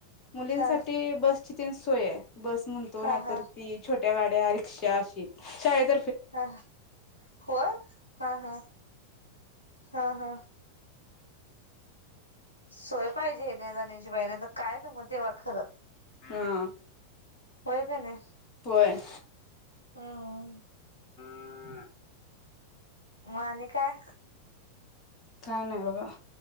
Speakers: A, on the left; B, on the left.
A: मुलींसाठी
B: हा
A: बस तीन सोय आहे बस म्हणतो
B: हा
A: नाहीत
B: हा
A: ती छोटी छोट्या गाड्या रिक्षा अशी शाळेत
B: हा होय हा हा हा हा सोय पाहिजे येण्या जाण्याची बाई तर काय नव तेव्हा खरं
A: हां
B: होय कनी
A: हो <inaudible>
B: हा हा
A: हम् <inaudible>
B: म आणि काय
A: काय नाही बघा?